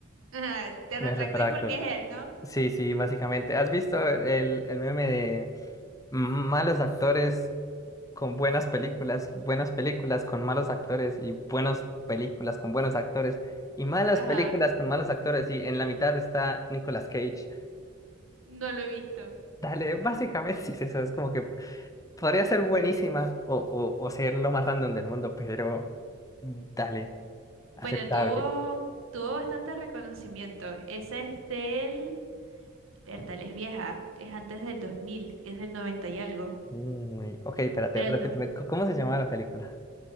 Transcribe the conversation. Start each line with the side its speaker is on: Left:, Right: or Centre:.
Right: Ajá, te
Left: Me
Right: retractáis
Left: retracto.
Right: porque es él, ¿no?
Left: Sí, sí, básicamente. ¿Has visto el, el meme de malos actores con buenas películas, buenas películas con malos actores y buenas películas con buenos actores y malas
Right: Ajá,
Left: películas con malos actores y en la mitad está Nicolas Cage?
Right: no lo he visto.
Left: Dale, básicamente <laughs> sí es eso, es como que podría ser buenísima o, o, o ser lo más random del mundo, pero dale, aceptable.
Right: Bueno, tuvo, tuvo bastante reconocimiento. Esa es del... Bertal es vieja. Es antes del 2000, es del 90 y algo.
Left: Uy, ok, espérate,
Right: Pero
Left: repíteme,
Right: no.
Left: ¿cómo se llama la película?